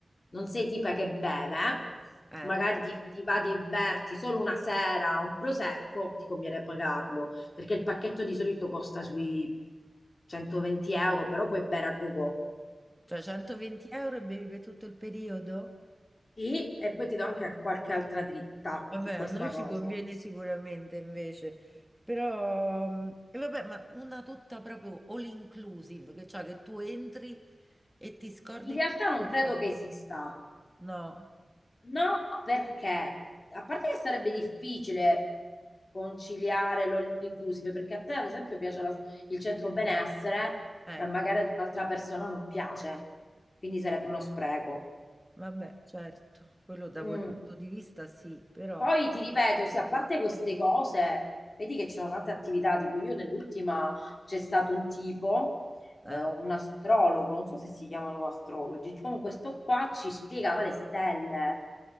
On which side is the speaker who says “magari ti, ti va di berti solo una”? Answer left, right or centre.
Left